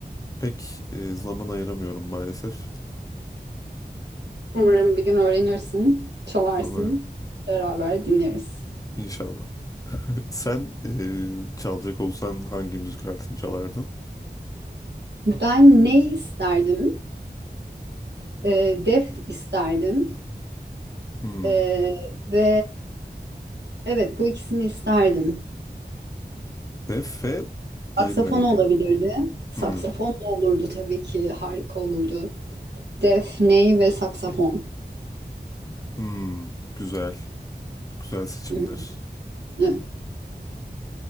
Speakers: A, on the left; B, on the right.
A: Pek e, zaman ayıramıyorum maalesef.
B: Umarım bir gün öğrenirsin, çalarsın,
A: Umarım
B: beraber dinleriz.
A: inşallah. <laughs> Sen e, çalacak olsan hangi müzik aletini çalardın?
B: Ben ne isterdim? Ee, def isterdim.
A: Hmm.
B: Ee, ve Evet, bu ikisini isterdim.
A: Ve F diğeri
B: Saksafon
A: neydi?
B: olabilirdi. Saksafon
A: Hmm.
B: da olurdu tabii ki. Harika olurdu. Defneyi ve saksafon.
A: Hmm. Güzel. Güzel seçimler.
B: Hı hı. Evet,